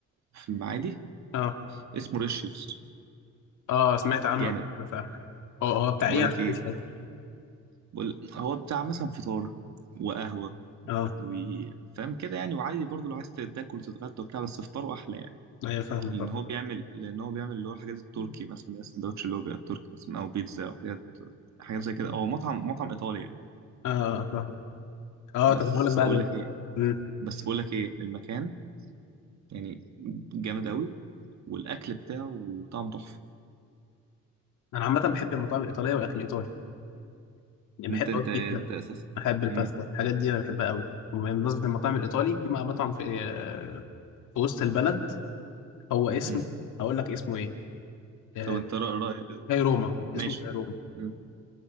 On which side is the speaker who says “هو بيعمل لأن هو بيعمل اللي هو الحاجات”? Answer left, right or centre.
Right